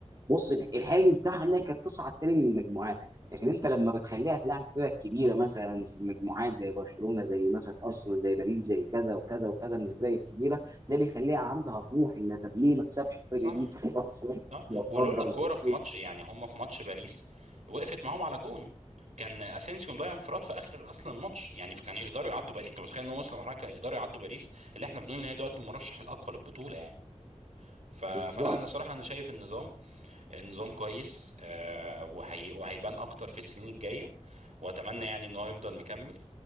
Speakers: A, on the right (about 35°); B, on the right (about 80°).
A: بص الحلم بتاعنا كانت تصعد تاني من المجموعات لكن انت لما بتخليها تلعب فرق كبيره مثلا في المجموعات زي برشلونه زي مثلا ارسنال زي باريس زي كذا وكذا وكذا من الفرق الكبيره ده بيخليها عندها طموح ان طب ليه ما تكسبش الفرقه
B: صح
A: دي
B: صح
A: وتصدر
B: ولولا كوره
A: وبتصدر.
B: في ماتش يعني هم في ماتش باريس وقفت معاهم على جون كان اسينسيو مضيع انفراد في اخر اصلا الماتش يعني كان يقدروا يعدوا باريس انت متخيل ان هم وصلوا لمرحله كانوا يقدروا يعدوا باريس اللي احنا بنقول ان هي دلوقتي المرشح الاقوى للبطوله يعني ف... فلا
A: بالظبط
B: انا صراحه انا شايف النظام النظام كويس آه وهي... وهيبان اكتر في السنين الجايه واتمنى يعني ان هو يفضل مكمل